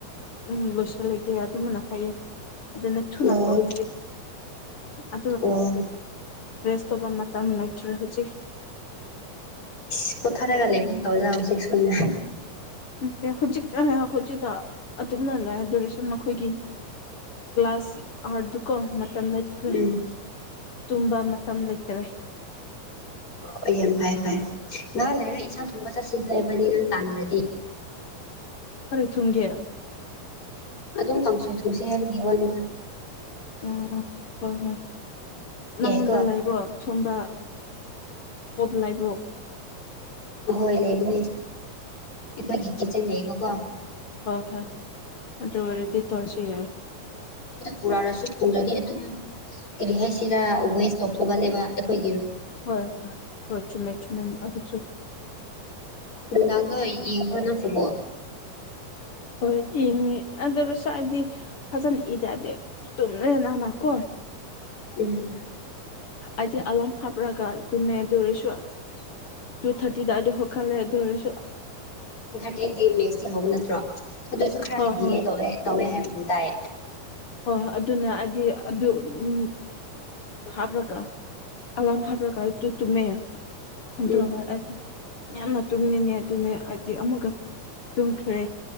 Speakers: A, on the left; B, on the left.
A: ꯎꯝ ꯂꯣꯏꯁꯤꯜꯂꯒꯦ ꯑꯗꯨꯃꯅ ꯍꯥꯏꯌꯦ ꯑꯗꯨ ꯑꯗꯨꯅꯁꯨꯅ
B: ꯑꯣ
A: ꯇꯣꯖꯤ ꯑ
B: ꯑꯣ
A: ꯔꯦꯁ ꯇꯧꯕ ꯃꯇꯝ ꯂꯩꯇ꯭ꯔꯦ ꯍꯧꯖꯤꯛ
B: ꯏ ꯄꯣꯊꯥꯔꯒ ꯂꯩ ꯃꯨ ꯇꯧ ꯌꯥ ꯍꯧꯁꯤꯁꯨꯅꯦ
A: ꯅꯠꯇꯦ ꯍꯧꯖꯤꯛꯈꯣꯏꯖꯤꯗ ꯑꯗꯨꯝꯅ ꯂꯥꯛꯑꯦ ꯔꯦꯁꯟ ꯃꯈꯣꯏꯒꯤ ꯀ꯭ꯂꯥꯁ ꯑꯥꯔꯗꯨꯨꯀꯣ ꯃꯇꯝ ꯂꯩꯇ꯭ꯔꯦ
B: ꯎꯝ
A: ꯇꯨꯝꯕ ꯃꯇꯝ ꯂꯩꯇꯔꯦ
B: ꯍ ꯌꯥꯝ ꯐꯔꯦ ꯐꯔꯦ ꯅꯍꯥ ꯂꯩꯔꯒ ꯏꯟꯁꯥꯡ ꯊꯣꯡꯕ ꯆꯠ ꯁꯤꯖꯤꯟꯅꯔꯤꯕꯅꯤ ꯅꯪ ꯇꯥꯟꯗ꯭ꯔꯗꯤ
A: ꯀꯔꯤ ꯊꯨꯝꯒꯦ
B: ꯑꯗꯨꯝ ꯀꯥꯡꯁꯣꯏ ꯊꯨꯡꯁꯦ ꯍꯥꯏꯕꯒꯤ ꯋꯥꯅꯤꯗ
A: ꯎꯝ ꯍꯣꯏ ꯍꯣꯏ
B: ꯌꯥꯏꯀꯣ
A: ꯅꯪꯉꯣꯟꯗ ꯂꯥꯏꯕ꯭ꯔꯣ ꯁꯣꯝꯗ ꯄꯣꯗ ꯂꯥꯏꯕ꯭ꯔꯣ
B: ꯑꯣꯏ ꯂꯩꯕꯅꯦ ꯑꯩꯈꯣꯏꯒꯤ ꯀꯤꯠꯆꯟ ꯂꯩꯕꯀꯣ
A: ꯍ ꯍꯣꯏ ꯑꯗꯨꯗ ꯑꯣꯏꯗꯤ ꯇꯔꯁꯨ ꯌꯥꯏ
B: ꯄꯨꯔꯛꯔꯁꯨ ꯊꯣꯡꯗ꯭ꯔꯗꯤ ꯑꯗꯨꯝ ꯀꯔꯤ ꯍꯥꯏꯩꯁꯤꯔ ꯋꯦꯁ ꯇꯧꯊꯣꯛꯀꯂꯕ ꯑꯩꯈꯣꯏ
A: ꯍꯣꯏ ꯍꯣꯏ ꯍꯣꯏ ꯆꯨꯝꯃꯦ ꯆꯃꯦ ꯑꯗꯨꯁꯨ
B: ꯅꯪ ꯇꯒ ꯌꯦ ꯄꯨ꯭ꯔꯅ ꯐꯨꯕꯣ
A: ꯍꯣꯏ ꯏꯡꯉꯤ ꯑꯗꯨꯗ ꯁꯋꯥꯏꯗꯤ ꯐꯖꯅ ꯏꯗꯗꯦ ꯇꯣꯅꯅꯥꯅꯥ ꯀꯣ
B: ꯎꯝ
A: ꯑꯗꯤ ꯑꯝ ꯍꯥꯕꯔꯥꯒꯥꯏ ꯇꯃ ꯇꯧꯔꯁꯨꯣ ꯇꯨ ꯊꯥꯔꯇꯤꯗꯋꯥꯗ ꯍꯧ ꯈꯜꯂꯦ ꯑꯗꯨ ꯑꯣꯏꯔꯁꯨ
B: ꯑ ꯃꯦꯁꯇꯤ ꯍꯧꯕ ꯅꯠꯇ꯭ꯔꯣ ꯑꯗꯨꯁꯨ ꯈꯔꯗꯤ
A: ꯍꯣꯏ
B: ꯗꯤꯂꯦ
A: ꯍꯣꯏ
B: ꯇꯧ ꯇꯧꯋꯦ ꯍꯥꯏꯕꯒ ꯇꯥꯏꯌꯦ
A: ꯍꯣꯏꯣꯏ ꯑꯗꯨꯅ ꯍꯥꯏꯗꯤ ꯑꯗꯨ ꯎꯝ ꯍꯥꯞꯄ꯭ꯔꯒ ꯑꯔꯀꯥꯏ ꯇꯨ ꯇꯨꯝꯃꯦ ꯑꯗꯨꯒ
B: ꯎꯝ
A: ꯌꯥꯝꯅ ꯇꯨꯝꯉꯤꯅꯦ ꯑꯗꯨꯅꯦ ꯑꯃꯨꯛꯀ ꯇꯨꯝꯈ꯭ꯔꯦ